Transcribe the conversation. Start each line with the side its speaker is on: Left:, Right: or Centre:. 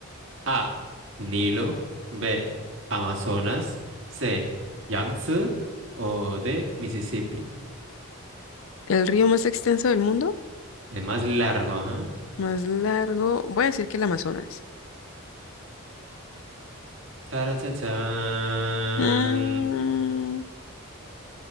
Right: A, Nilo, B, Amazonas, C, Yangtze o D, Mississippi.
Left: el río más extenso del mundo,
Right: El más largo, ajá.
Left: más largo, voy a decir que el Amazonas.
Right: Tarachachán.
Left: Mm,